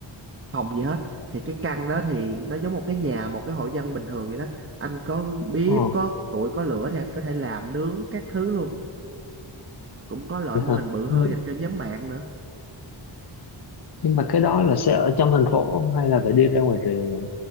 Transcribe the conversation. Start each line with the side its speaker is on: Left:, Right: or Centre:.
Right: phòng gì hết thì cái căn đó thì nó giống một cái nhà một cái hộ dân bình thường vậy đó anh có bếp
Left: ồ
Right: có củi có lửa thì anh có thể làm nướng các thứ luôn cũng có loại
Left: vậy
Right: mô
Left: hả
Right: hình bự hơn
Left: nhưng,
Right: dành cho nhóm bạn nữa
Left: nhưng mà cái đó là sẽ ở trong thành phố không hay là phải đi ra ngoài rìa rồi